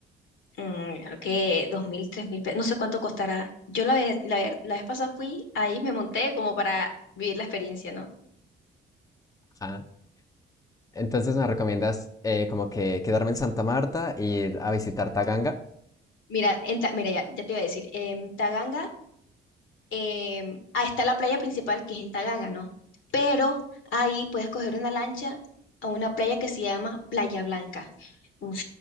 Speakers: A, on the left (about 75°); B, on the left (about 15°).
A: mm, creo que dos mil, tres mil pesos, no sé cuánto costará. Yo la vez, la, vez- la vez pasada fui, ahí me monté como para vivir la experiencia, ¿no?
B: Ajá. Entonces me recomiendas eh, como que quedarme en Santa Marta y ir a visitar Taganga.
A: Mira, en Ta- mira ya, ya te iba a decir, en Taganga, em, ahí está la playa principal que es en Taganga, ¿no? Pero ahí puedes coger una lancha a una playa que se llama Playa Blanca. Uf,